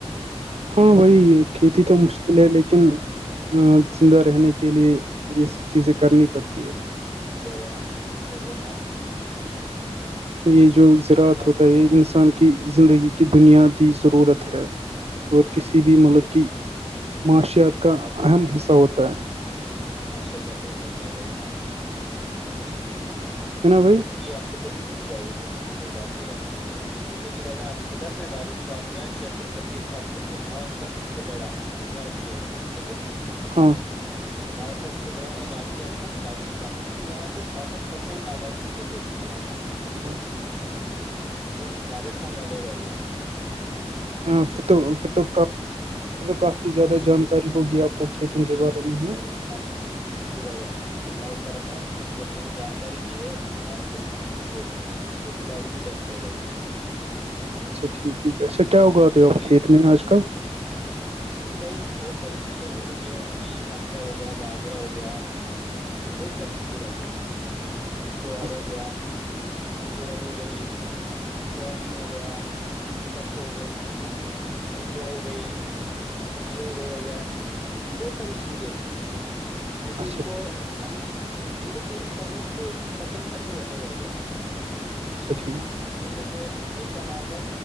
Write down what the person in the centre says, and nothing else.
اب
جی جی بھای جان آپ بالکل سی برم
اپنا
جیسے
جی جی بھائی
جان
آپ کو
ماشاء اللہ سے صحیح فرمائے بھائی جان اپ نے
جیسے کہ آپ کو جی بھائی جان سب صحی بات کہ ہے آپ بالکل جیسے کہ آپ کو پتا ہے اپنے رجستھان میں چتر پل کے حساب سے اپنے بارت کا سب سے بڑا راجی ہے ٹھیک ہے
بھارت کا سب سے بڑا رجیہ ہے اپنا راستھان ہے کیونک یہاں سے باسٹ پرسینٹ آبادی تو کی یہاں پہ
ہم رجستھان والے بھائی جان
بس جی بھائی جان اللہ کرم میں جو اپنے کو جانکاری بھی ہے اور ہم کھ کھیتی کھیتی بای بھی کرتا ہے بائی گ
جیسے
کہ
جیسے بھائی ج بہت ساری چیزیں جیسے گیہوں ہوگی مکا ہو گیا باجرا ہو گیا بہت ساری چیزیں ویسے ہیں جوہار
ہو گیا اورورد ہو گئی سویابین ہو گیا سرسوں ہو گئی مونگفلیا ہو گئی دلی ہو گئی بھ جان بہت ساری
چیزیں ایسے ہیں جیسے
ان کو
ہم ان کے تین پرمکھ فصل چکر ہوتے ہیں بھائی جان
جن میں سے ایک کا نام ہے